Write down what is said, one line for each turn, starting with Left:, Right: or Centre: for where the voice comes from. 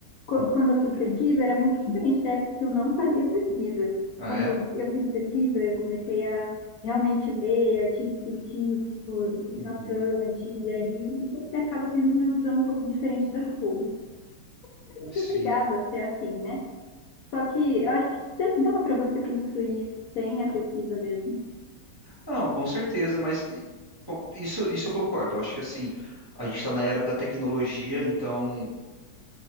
Left: co- quando eu fiz pesquisa era muito diferente da época que eu não fazia pesquisa.
Right: Ah,
Left: Quando
Right: é?
Left: eu fiz pesquisa, eu comecei a realmente ler artigos científicos
Right: Uhum,
Left: bastante, e aí você acaba tendo uma visão um pouco diferente das coisas. Você
Right: sim.
Left: é obrigado a ser assim, né? Só que eu acho que dá para você construir isso sem a pesquisa mesmo.
Right: Não, com certeza, mas e, com- isso, isso eu concordo. Eu acho que assim, a gente está na era da tecnologia, então,